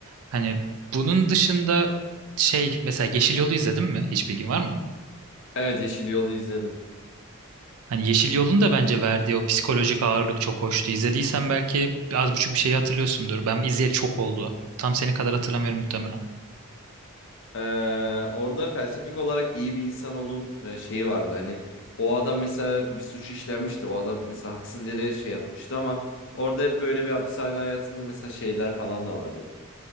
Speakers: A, on the right; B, on the left.
A: Hani bunun dışında şey mesela Yeşil Yol'u izledin mi? Hiç bilgin var mı?
B: Evet Yeşil Yol'u izledim.
A: Hani Yeşil Yol'un da bence verdiği o psikolojik ağırlık çok hoştu. İzlediysen belki az buçuk bir şeyi hatırlıyorsundur. Ben izleyeli çok oldu. Tam senin kadar hatırlamıyorum muhtemelen.
B: Ee, orada felsefik olarak iyi bir insan olun e, şeyi vardı. Hani o adam mesela bir suç işlenmişti. O adam mesela haksız yere şey yatmıştı ama orada hep böyle bir hapishane hayatında mesela şeyler falan da vardı